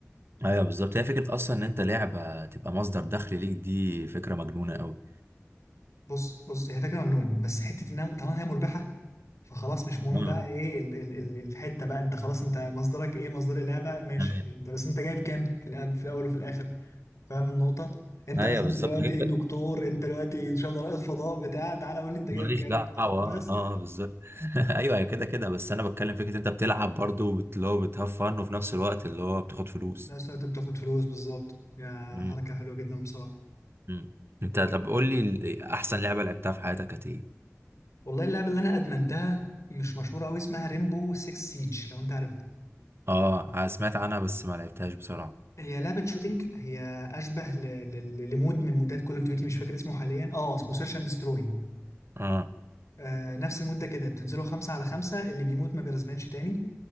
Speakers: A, on the right; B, on the left.
A: ايوه بالظبط هي فكرة أصلا إن أنت لعبة تبقى مصدر دخل ليك دي فكرة مجنونة أوي
B: بص بص هي فكره مجنون بس حته انها طالما هي مربحه فخلاص مش مهم
A: اه
B: بقى
A: آه.
B: ايه ال ال ال الحته بقى انت خلاص انت مصدرك ايه مصدر اللعبه ماشي
A: ايوه
B: انت بس انت جايب كام في الأب في الاول وفي الاخر فاهم النقطه انت
A: أيوة
B: مثلا
A: بالظبط
B: دلوقتي
A: غير
B: دكتور انت دلوقتي ان شاء الله رائد فضاء بتاع تعالى قول لي انت جايب
A: ماليش
B: كام
A: دعوة
B: بتاع
A: اه
B: بس
A: آه، بالظبط <laughs> ايوه أيوة، كده كده بس انا بتكلم فكرة انت بتلعب برضو وبت- اللي هو بتهفن وفي نفس الوقت اللي هو بتاخد فلوس
B: في نفس الوقت بتاخد فلوس بالظبط يا
A: مم.
B: حركه حلوه جدا بصراحه
A: مم. انت طب قول لي ال- احسن لعبة لعبتها في حياتك كانت ايه؟
B: والله اللعبه اللي انا ادمنتها مش مشهوره قوي اسمها ريمبو 6 سيج لو انت عارفها
A: اه أنا سمعت عنها بس ما لعبتهاش بصراحة
B: هي لعبة شوتينج هي أشبه ل... ل... لمود من مودات كول أوف ديوتي مش فاكر اسمه حاليا اه اسمه سيرش أند دستروي
A: اه
B: آه، نفس المدة كده بتنزلوا خمسة على خمسة اللي بيموت ما بيرزمنش تاني